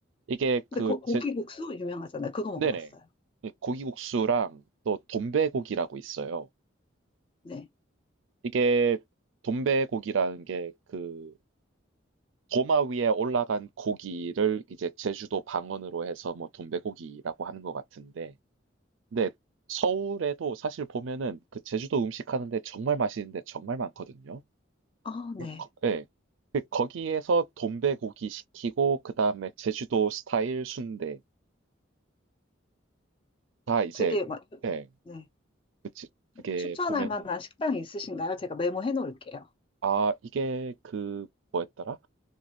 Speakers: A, on the right; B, on the left.
A: 이게 그
B: 근데 그 고기국수
A: 제
B: 유명하잖아요. 그거 먹어봤어요.
A: 네네. 예 고기국수랑 또 돈베고기라고 있어요.
B: 네.
A: 이게 돈베고기라는 게 그 도마 위에 올라간 고기를 이제 제주도 방언으로 해서 뭐 돈베고기라고 하는 것 같은데 근데 서울에도 사실 보면은 그 제주도 음식 하는데 정말 맛있는 데 정말 많거든요.
B: 아,
A: 그
B: 네.
A: 거 예. 그 거기에서 돈베고기 시키고 그다음에 제주도 스타일 순대 다 이제
B: 되게 막,
A: 예.
B: 네.
A: 그 지-
B: 뭐
A: 그게
B: 추천할
A: 보면은
B: 만한 식당이 있으신가요? 제가 메모해 놓을게요.
A: 아 이게 그 뭐였더라?